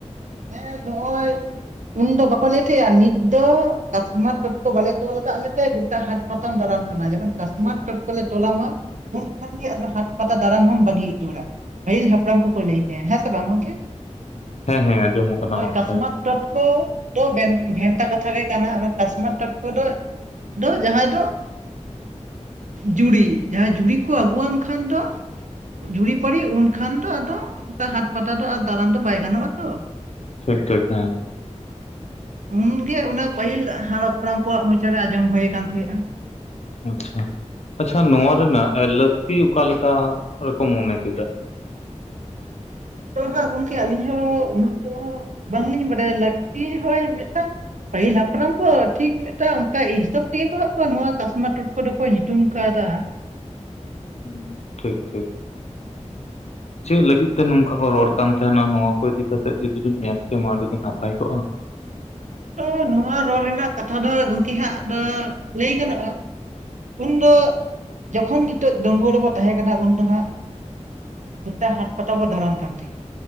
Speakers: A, on the right (about 80°); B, on the left (about 60°).
A: ᱦᱮᱸ ᱱᱚᱜᱼᱚᱭ ᱩᱱᱫᱚ ᱵᱟᱠᱚ ᱞᱮ ᱛᱟᱦᱮᱸᱼᱟ ᱱᱤᱛ ᱫᱚ ᱠᱟᱥᱢᱟᱨ ᱴᱚᱴᱠᱚ ᱵᱟᱞᱮ ᱛᱚᱞ ᱟᱠᱟᱫ ᱢᱮᱛᱮ ᱜᱚᱴᱟ ᱦᱟᱴ ᱯᱟᱛᱟᱢ ᱫᱟᱨᱟᱱ ᱠᱟᱱᱟ ᱡᱚᱠᱷᱚᱱ ᱠᱟᱥᱢᱟᱴ ᱴᱚᱴᱠᱚ ᱞᱮ ᱛᱚᱞᱟᱢᱟ ᱩᱱᱠᱷᱟᱱ ᱜᱮ ᱟᱫᱚ ᱦᱟᱴ ᱯᱟᱛᱟ ᱫᱟᱲᱟᱱ ᱦᱚᱢ ᱵᱟᱹᱜᱤ ᱩᱴᱟᱹᱨᱟ ᱯᱟᱹᱦᱤᱞ ᱦᱟᱯᱲᱟᱢ ᱠᱚᱠᱚ ᱞᱟᱹᱭ ᱛᱟᱦᱮᱸᱼᱟ ᱦᱮᱸ ᱥᱮ ᱵᱟᱝ ᱜᱚᱝᱠᱮ
B: ᱦᱮᱸ ᱦᱮᱸ ᱟᱸᱡᱚᱢ ᱟᱠᱟᱱᱟ
A: ᱱᱚᱜᱼᱚᱭ
B: ᱱᱚᱝᱠᱟ
A: ᱠᱟᱥᱢᱟᱛ
B: ᱜᱮ
A: ᱴᱚᱴᱠᱚ ᱛᱚ ᱵᱮᱱ ᱵᱷᱮᱱᱛᱟ ᱠᱟᱛᱷᱟ ᱜᱮ ᱠᱟᱱᱟ ᱚᱱᱟ ᱠᱟᱥᱢᱟᱨ ᱴᱚᱴᱠᱚᱫᱚ ᱫᱚ ᱡᱟᱦᱟᱸᱭ ᱫᱚ ᱡᱩᱲᱤ ᱡᱟᱦᱟᱸᱭ ᱡᱩᱲᱤ ᱠᱚ ᱟᱹᱜᱩᱣᱟᱢ ᱠᱷᱟᱱ ᱫᱚ ᱡᱩᱲᱤᱯᱟᱨᱤ ᱩᱱᱠᱷᱟᱱ ᱫᱚ ᱟᱫᱚ ᱚᱱᱠᱟ ᱦᱟᱴ ᱯᱟᱛᱟ ᱫᱚ ᱫᱟᱬᱟᱱ ᱫᱚ ᱵᱟᱭ ᱜᱟᱱᱚᱜᱼᱟᱛᱚ
B: ᱴᱷᱤᱠ ᱴᱷᱤᱠ ᱦᱮᱸ
A: ᱩᱱᱜᱮ ᱚᱱᱟ ᱯᱟᱹᱦᱤᱞ ᱦᱟᱲ ᱦᱟᱯᱲᱟᱢ ᱠᱚᱣᱟᱜ ᱢᱚᱪᱟ ᱨᱮ ᱟᱸᱡᱚᱢ ᱦᱩᱭ ᱟᱠᱟᱱ ᱛᱟᱦᱮᱸᱫᱼᱟ
B: ᱟᱪᱪᱷᱟ ᱟᱪᱪᱷᱟ ᱱᱚᱣᱟ ᱨᱮᱱᱟᱜ ᱞᱟᱹᱠᱛᱤ ᱚᱠᱟᱞᱮᱠᱟ ᱨᱮᱠᱚ ᱢᱚᱱᱮ ᱠᱮᱫᱟ
A: ᱟᱫᱚ ᱦᱟᱸᱜ ᱜᱚᱝᱠᱮ ᱟᱹᱞᱤᱧ ᱦᱚᱸ ᱩᱱᱟᱹᱜ ᱫᱚ ᱵᱟᱝᱞᱤᱧ ᱵᱟᱰᱟᱭᱟ ᱞᱟᱹᱠᱛᱤ ᱦᱚᱭ ᱢᱤᱫᱴᱟᱝ ᱯᱟᱹᱦᱤᱞ ᱦᱟᱯᱲᱟᱢ ᱠᱚ ᱴᱷᱤᱠ ᱢᱤᱫᱴᱟᱝ ᱚᱱᱠᱟ ᱦᱤᱥᱟᱹᱵ ᱛᱮᱜᱮ ᱠᱚ ᱦᱟᱸᱜ ᱠᱚ ᱱᱚᱣᱟ ᱠᱟᱥᱢᱟᱨ ᱴᱚᱴᱠᱚ ᱫᱚ ᱠᱚ ᱧᱩᱛᱩᱢ ᱟᱠᱟᱫᱟ
B: ᱦᱩᱸ ᱴᱷᱤᱠ ᱴᱷᱤᱠ ᱪᱮᱫ ᱞᱟᱹᱜᱤᱫ ᱛᱮ ᱱᱚᱝᱠᱟ ᱠᱚ ᱨᱚᱲ ᱠᱟᱱ ᱛᱟᱦᱮᱱᱟ ᱱᱚᱣᱟ ᱠᱚ ᱤᱫᱤ ᱠᱟᱛᱮᱫ ᱡᱩᱫᱤᱵᱮᱱ ᱢᱮᱱ ᱠᱮᱢᱟ ᱟᱹᱰᱤ ᱜᱮ ᱱᱟᱯᱟᱭ ᱠᱚᱜᱼᱟ
A: ᱛᱚ ᱱᱚᱣᱟ ᱨᱚᱲ ᱨᱮᱱᱟᱜ ᱠᱟᱛᱷᱟ ᱫᱚ ᱜᱚᱝᱠᱮ ᱦᱟᱸᱜ ᱫᱚ ᱞᱟᱹᱭ ᱜᱟᱱᱚᱜᱼᱟ ᱩᱱᱫᱚ ᱡᱚᱠᱷᱚᱱ ᱱᱤᱛᱚᱜ ᱫᱟᱺᱜᱩᱣᱟᱹ ᱨᱮᱵᱚ ᱛᱟᱦᱮᱸ ᱠᱟᱱᱟ ᱩᱱ ᱫᱚ ᱦᱟᱸᱜ ᱜᱚᱴᱟ ᱦᱟᱴ ᱯᱟᱴᱟ ᱵᱚ ᱫᱟᱬᱟᱱ ᱠᱟᱱ ᱛᱟᱦᱮᱸᱜᱼᱟ